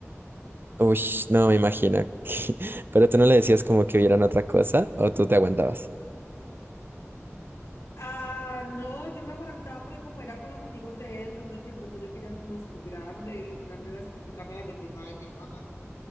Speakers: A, on the right (about 45°); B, on the left (about 70°).
A: Uy, no me imagino. <laughs> Pero tú no le decías como que vieran otra cosa o tú te aguantabas.
B: Ah, no, yo me aguantaba porque como era con los amigos de él, no sé si de pronto yo quería como ser grande, darme las, picarme las de quién sabe qué cosa.